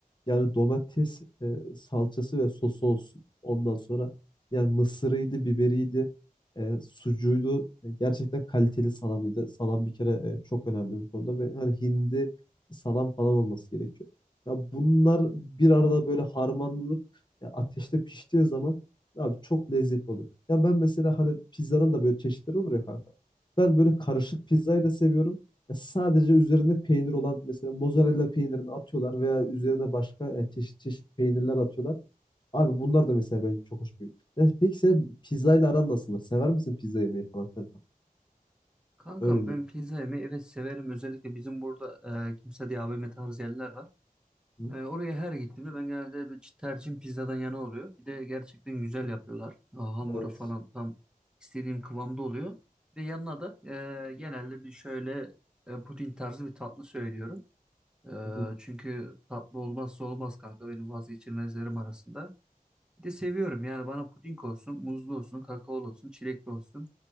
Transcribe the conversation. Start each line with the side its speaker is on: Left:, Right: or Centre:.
Left: yani domates e, salçası ve sosu olsun. Ondan sonra yani mısırıydı, biberiydi, e, sucuğuydu. E, gerçekten kaliteli salamıydı. Salam bir kere e, çok önemli bu konuda ve hani hindi salam falan olması gerekiyor. Ya bunlar bir arada böyle harmanlanır ya ateşte piştiği zaman abi çok lezzetli oluyor. Ya ben mesela hani pizzanın da böyle çeşitleri olur ya kanka. Ben böyle karışık pizzayı da seviyorum. Ya sadece üzerinde peynir olan mesela mozzarella peynirini atıyorlar veya üzerine başka e, çeşit çeşit peynirler atıyorlar. Abi bunlar da mesela benim çok hoş geliyor. Ya peki sen pizzayla aran nasıldır? Sever misin pizza yemeyi falan kanka?
Centre: Kankam
Left: Öyle diyeyim.
Centre: ben pizza yemeyi evet severim. Özellikle bizim burada e, kimse diye AVM tarzı yerler var.
Left: Hı?
Centre: E, oraya her gittiğimde ben genelde bir tercihim pizzadan yana oluyor. Bir de gerçekten güzel yapıyorlar. Aa, hamuru
Left: Evet.
Centre: falan tam istediğim kıvamda oluyor. Ve yanına da e, genelde bir şöyle e, puding tarzı bir tatlı söylüyorum. E,
Left: Hı hı.
Centre: çünkü tatlı olmazsa olmaz kanka benim vazgeçilmezlerim arasında. Bir de seviyorum yani bana puding olsun, muzlu olsun, kakaolu olsun, çilekli olsun.